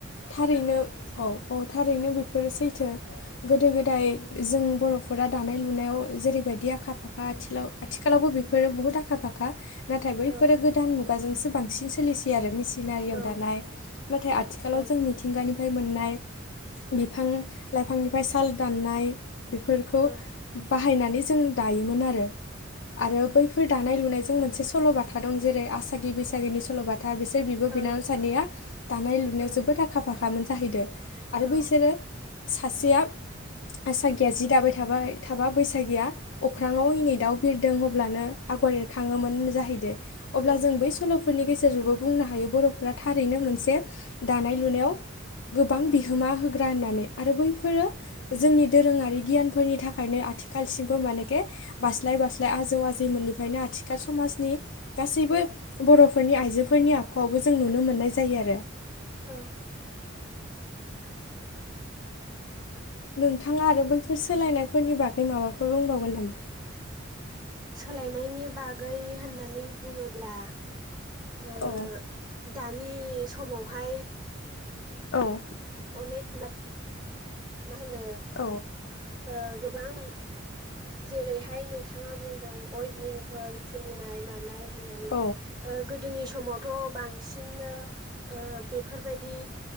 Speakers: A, on the left; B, on the right.
A: थारैनो औ औ थारैनो बेफोरो सैथो गोदो गोदाय
B: औ
A: जों बर'फोरा दानाय लुनायाव जेरैबायदि आखा फाखा आथिखालाव आथिखालावबो बेफोरो
B: औ
A: बुहुत आखा फाखा नाथाय बैफोरो
B: औ
A: गोदान मुगाजोंसो बांसिन सोलिसैयो आरो मिसिन सिनारियाव
B: औ
A: दानाय नाथाय आथिखालाव
B: औ
A: जों मिथिंगानिफ्राय मोननाय बिफां लाइफांनिफ्राय साल दाननाय बेफोरखौ
B: औ
A: बाहायनानै जों दायोमोन आरो आरो बैफोर दानाय
B: औ
A: लुनायजों मोनसे सल'बाथा दं जेरै आसागि बैसागिनि सल'बाथा बिसोर बिब'
B: औ
A: बिनानाव सानैया दानाय लुनायाव
B: औ
A: जोबोद आखा फाखामोन जाहैदों आरो
B: औ
A: बैसोरो सासेया आ गिया जि दाबाय थाबाय थाबा बैसागिया अख्राङाव एनै दाउ बिरदों हब्लानो आगर एरखाङोमोन जाहैदों अब्ला
B: औ
A: जों बै सल'फोरनि गेजेरजोंबो बुंनो हायो बर'फोरा थारैनो
B: औ
A: मोनसे दानाय लुनायाव गोबां बिहोमा होग्रा होननानै आरो बैफोरो जोंनि दोरोङारि गियानफोरनि थाखायनो आथिखालसिमबो माने बास्लाय बास्लाय आजौ आजैमोननिफ्रायनो आथिखाल समाजनि गासैबो बर'फोरनि आइजोफोरनि आ अख'आवबो जों नुनो
B: औ
A: मोननाय जायो आरो
B: औ
A: नोंथाङा आरो बैफोर सोलायनायफोरनि बागै माबाफोर बुंबावगोन नामा
B: सोलायनायनि बागै होननानै बुङोब्ला ओ
A: औ
B: दानि समावहाय
A: औ
B: अनेक मा होनो
A: औ
B: ओ गोबां जेरैहाय नोंथाङा बुंदों अइभिंफोर खुलिनाय मानाय होननानै
A: औ
B: ओ गोदोनि समावथ' बांसिननो ओ बेफोरबायदि